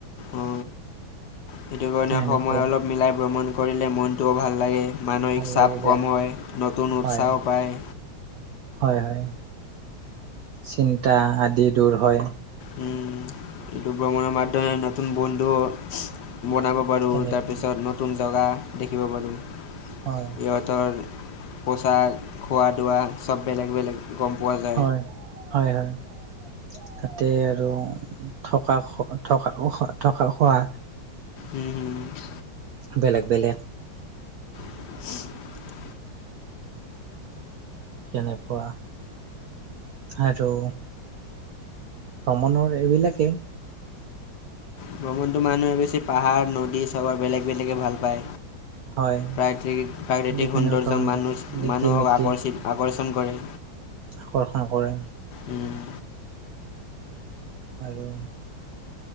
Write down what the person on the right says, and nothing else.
এনেকুৱা
ভাল
লাগি যায়
হয়
হয় হয় চিন্তা আদি দূৰ হয়।
কেনেকুৱা
হয়।
হয়, হয়, হয়। তাতে আৰু থকা থকা থকা খোৱা।
বেলেগ বেলেগ।
কেনেকুৱা আৰু ভ্ৰমণৰ এইবিলাকে
হয়
বিভিন্ন
ধৰণৰ
ৰীতি
নীতি
আকৰ্ষণ কৰে।
আৰু